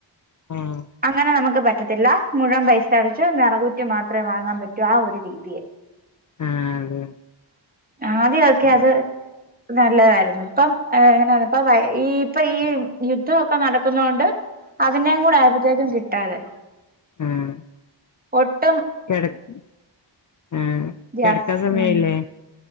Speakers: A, on the left; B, on the right.
A: ആഹ്
B: അങ്ങനെ നമുക്ക് പ <unintelligible> ത്തില്ല മുഴൻ പൈസ അടച്ച് നിറകുറ്റി മാത്രേ വാങ്ങാൻ പറ്റൂ ആ ഒരു രീതിയായി
A: ആഹ് അതെ
B: ആദ്യൊക്കെ അത് നല്ലതായിരുന്നു ഇപ്പം എങ്ങനെയാണ് ഇപ്പ ഈ ഇപ്പൊ ഈ യുദ്ധമൊക്കെ നടക്കുന്ന കൊണ്ട്- അതിനേയും കൂടെ അയപത്തേക്കും <inaudible> കിട്ടും അതെ
A: ഉം
B: ഒട്ട്
A: കിടക്ക് ഉം
B: ഗ്യാസ്
A: കിടക്കാ സമയയില്ലേ
B: ഉം